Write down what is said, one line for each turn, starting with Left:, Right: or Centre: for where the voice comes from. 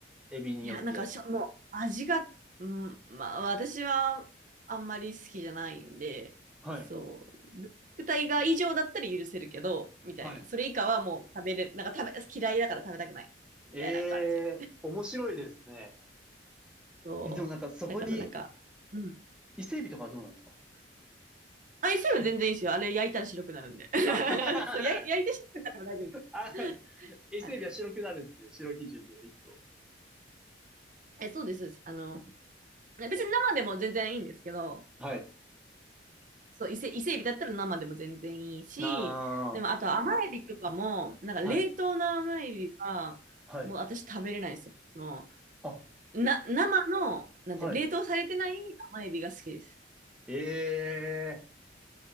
Centre: エビによって。
Right: いや、なんかしょ、もう味が、うん、まあ私はあんまり好きじゃないんで、
Centre: はい。
Right: そう、ブラックタイガー以上だったら許せるけど、みたいな。
Centre: はい
Right: それ以下はもう食べれ、なんか食べ、嫌いだから食べたくない。みたいな感じ。
Centre: ええー面白いですね。
Right: そう。
Centre: え、でもなんかそこに
Right: だからなんか、うん。
Centre: 伊勢海老とかはどうなんですか
Right: あ、イスは全然いいですよ。あれ焼いたら白くなるんで。<laughs>
Centre: あはは
Right: そう、や、
Centre: は
Right: 焼いて白くなるから大丈夫です。
Centre: <laughs> あ、伊勢海老は白くなるんですね。
Right: はい。
Centre: 白基準で、一頭。
Right: え、そうです、そうです。あの、別に生でも全然いいんですけど、
Centre: はい。
Right: そう、伊勢、伊勢海ビだったら生でも全然いいし、
Centre: な
Right: でもあと甘エビとかも、なんか冷凍の甘エビは、
Centre: あ、はい、はい。
Right: もう私食べれないですよ。その、
Centre: あ、
Right: な、生の、なんて、
Centre: はい。
Right: 冷凍されてない甘エビが好きです。
Centre: ええー